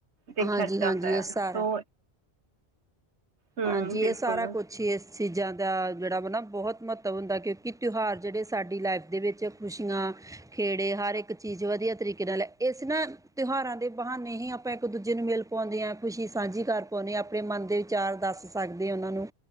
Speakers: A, on the right; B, in the centre.
A: ਦੇਖਿਆ
B: ਹਾਂਜੀ
A: ਜਾਂਦਾ
B: ਹਾਂਜੀ
A: ਐ
B: ਇਹ ਸਾਰਾ
A: ਸੋ ਹਮ
B: ਹਾਂਜੀ
A: ਬਿਲਕੁਲ
B: ਏ ਸਾਰਾ ਕੁਛ। ਛੇ ਏਸ ਚੀਜ਼ਾਂ ਦਾ ਜੇਹੜਾ ਵਾ ਨਾਂ ਬੋਹਤ ਮਹੱਤਵ ਹੁੰਦਾ ਕਿਉਂਕਿ ਤਿਉਹਾਰ ਜੇੜੇ ਸਾਡੀ ਲਾਈਫ ਦੇ ਵਿੱਚ ਖੁਸ਼ੀਆਂ ਖੇੜੇ ਹਰ ਏਕ ਚੀਜ਼ ਵਧੀਆ ਤਰੀਕੇ ਨਾਲ ਏਸ ਨਾਂ ਤਿਉਹਾਰਾਂ ਦੇ ਬਹਾਨੇ ਹੀ ਆ ਆਪਾਂ ਇੱਕ ਦੂਜੇ ਨੂੰ ਮਿਲ ਪਾਉਂਦੇ ਆਂ, ਖੁਸ਼ੀ ਸਾਂਝੀ ਕਰ ਪਾਉਂਨੇ ਆਂ, ਅਪਣੇ ਮਨ ਦੇ ਵਿਚਾਰ ਦੱਸ ਸਕਦੇ ਓਨਾਂ ਨੂੰ।